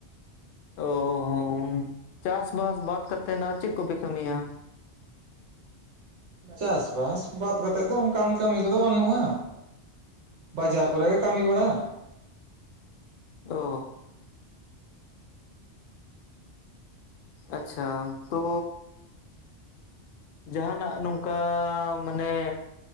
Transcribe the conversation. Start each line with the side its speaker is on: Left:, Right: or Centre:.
Left: ᱚ ᱪᱟᱥ ᱵᱟᱥ ᱵᱟᱫᱽ ᱠᱟᱛᱮ ᱟᱨ ᱪᱮᱫ ᱠᱚᱯᱮ ᱠᱟᱹᱢᱤᱭᱟ
Right: ᱪᱟᱥᱵᱟᱥ ᱵᱟᱫᱽ ᱠᱟᱛᱮᱜ ᱫᱚ ᱚᱱᱠᱟᱱ ᱠᱟᱹᱢᱤ ᱠᱚᱫᱚ ᱵᱟᱹᱱᱩᱜ-ᱟ ᱵᱟᱡᱟᱨ ᱠᱚᱨᱮ ᱜᱮ ᱠᱟᱹᱢᱤ ᱵᱟᱲᱟ
Left: ᱚ ᱟᱪᱪᱷᱟ ᱛᱚ ᱡᱟᱦᱟᱱᱟᱜ ᱱᱚᱝᱠᱟ ᱢᱟᱱᱮ